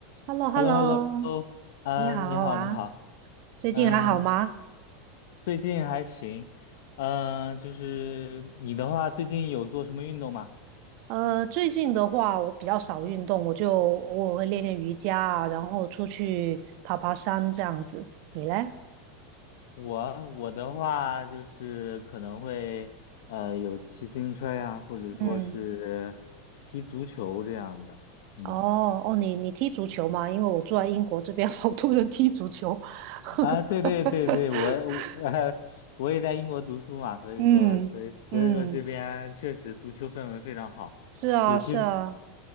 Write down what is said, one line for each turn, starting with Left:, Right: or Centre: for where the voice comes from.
Right: h e l l o
Left: h
Right: h
Left: e
Right: e
Left: l
Right: l
Left: l
Right: l
Left: o
Right: o
Left: h e l l o 嗯，
Right: 你好啊，
Left: 你好，你好，
Right: 最近还好吗？
Left: 嗯，最近还行，嗯，就是你的话，最近有做什么运动吗？
Right: 呃，最近的话，我比较少运动，我就偶尔会练练瑜伽啊，然后出去爬爬山这样子。你嘞？
Left: 我我的话就是可能会呃有骑自行车呀，或者说是踢足球这样的，
Right: 嗯，
Left: 嗯，
Right: 哦哦，你你踢足球吗？因为我住在英国这边 <laughs>，好多人踢足球。<laughs>
Left: 啊，对对对对，我我、<laughs> 呃我也在英国读书嘛，所以说所以所以说这边确实足球氛围非常好。
Right: 嗯嗯，是啊是啊，
Left: 就基。